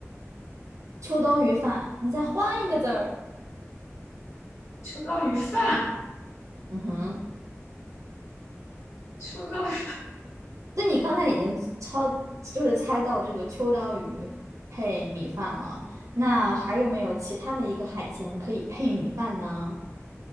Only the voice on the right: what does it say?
秋刀鱼饭，你再换一个字儿。
嗯哼，
那你刚才已经超，就是猜到这个秋刀鱼配米饭了。那还有没有其他的一个海鲜可以配米饭呢？